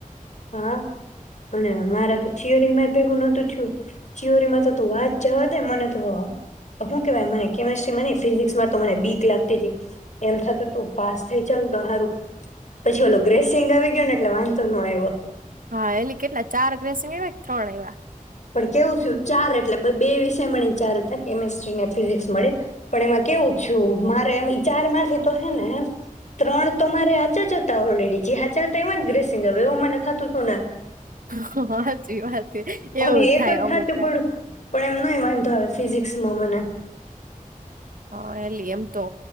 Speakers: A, on the left (about 55°); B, on the right (about 75°).
A: હા અને મારા તો થીયોરીમાં ભેગું નથ થયું થીઅરીમાં તો તું વાત જાવા દે, મને તો હું કેવાય મને કેમેસ્ટ્રી ને ફિઝસમાં તો મને બીક લાગતી તી, કે એમ થાતું તું પાસ થઈ જવ ને તો હારુ. પછી ઓલો ગ્રેસિંગ આવી ગયો ને એટલે વાન તનું આવ્યો.
B: હ, એટલે કેટલા ચાર ગ્રેસીંગ આઇવા કે ત્રણ આઇવા.
A: પણ કેવું થયું. ચાર એટલે બે વિષય મળી ને ચાર હતા. કેમેસ્ટ્રી ને ફિઝિક્સ મળી પણ એમાં કેવું થું મારે એમ ચારમાંથી તો હે ને ત્રણ તો મારે હચા જ હતા. ઓલરેડી જે હચા હતા. એમાં જ ગ્રેસિંગ આવ એવું મને થતું હતું ને,
B: હ, હાચી વાત. એવું
A: અને એક
B: થાય.
A: જ
B: અમુક
A: હાચું
B: ને
A: પડ્યું પણ એમ નહી વાંધો આવે ફિઝિકસમાં મને.
B: હ, એલી એમ તો